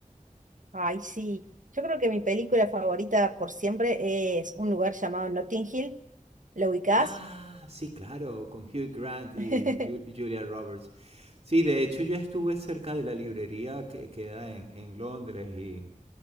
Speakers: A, on the right; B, on the right.
A: Ay, sí. Yo creo que mi película favorita por siempre es un lugar llamado Notting Hill. ¿Lo ubicás?
B: Ah, sí, claro, con Hugh Grant y
A: <laughs>
B: Ju- Julia Roberts. Sí, de hecho yo estuve cerca de la librería que queda en, en Londres y